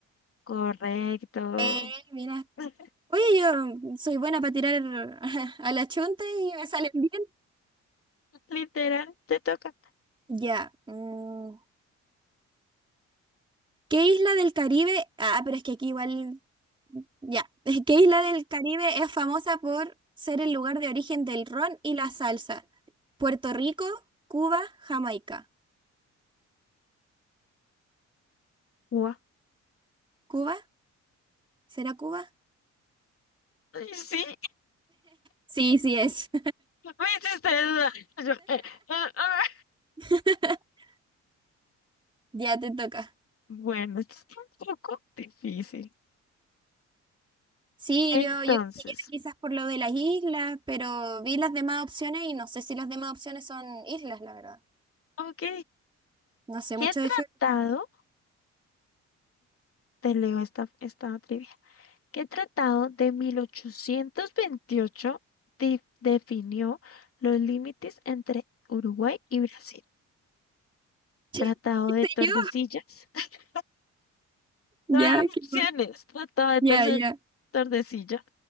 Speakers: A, on the left; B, on the right.
A: Correcto.
B: Eh,
A: <laughs>
B: mira. Oye, yo soy buena para tirar <laughs> a la chunta y me salen bien.
A: Literal, te toca.
B: Ya. mm, ¿Qué isla del Caribe? Ah, pero es que aquí igual. Ya. <laughs> ¿Qué isla del Caribe es famosa por ser el lugar de origen del ron y la salsa? Puerto Rico, Cuba, Jamaica.
A: Guau.
B: ¿Cuba? ¿Será Cuba?
A: Ay, sí,
B: Sí, sí es.
A: <laughs> me hiciste dudar. <laughs> Yo, eh, eh, ah.
B: <laughs> Ya te toca.
A: Bueno, esto está un poco difícil.
B: Sí,
A: Entonces,
B: yo, yo dije ya quizás por lo de las islas, pero vi las demás opciones y no sé si las demás opciones son islas, la verdad.
A: ok,
B: No sé
A: ¿qué
B: mucho
A: tratado?
B: de geografía.
A: Te leo esta, esta trivia. ¿Qué tratado de 1828 di- definió los límites entre Uruguay y Brasil?
B: Che,
A: Tratado
B: ¿qué
A: de
B: sé
A: Tordesillas.
B: yo?
A: <laughs>
B: Ya,
A: No hay opciones.
B: ¿qué más?
A: Tratado de
B: Ya,
A: Torce-
B: ya.
A: Tordesillas.